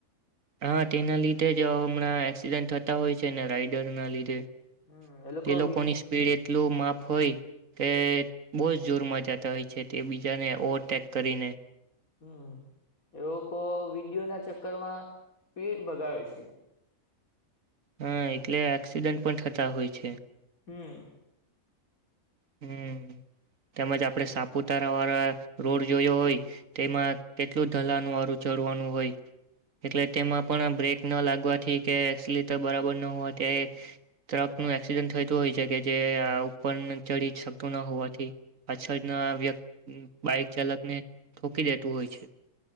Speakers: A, on the right; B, on the left.
A: હા તેના લીધે જ હમણાં એક્સિડન્ટ થતા હોય છે ને રાઈડર ના લીધે.
B: હમ એ લોકો
A: તે લોકોની
B: વિ
A: સ્પીડ એટલું માફ હોય કે બહુ જ જોરમાં જાતા હોય છે તે બીજાને ઓવરટેક કરીને.
B: હમ્મ, એ લોકો વિડીયો ના ચક્કરમાં સ્પીડ ભગાવે છે.
A: હા એટલે એક્સિડન્ટ પણ થતા હોય છે.
B: હમ્મ.
A: હમ્મ તેમજ આપણે સાપુતારા વાળા રોડ જોયો હોય તેમાં કેટલું તલાન વારું ચડવાનું હોય, એટલે તેમાં પણ આ બ્રેક ના લાગવાથી કે એસિલીટર બરાબર ન હોવા ત્યારે ટ્રક નું એક્સિડન્ટ થયતું હોય છે કે જે આ ઉપર ને ચડી જ શકતું ન હોવાથી, પાછળના વ્યક બાઈક ચાલકને ઠોકી દેતું હોય છે.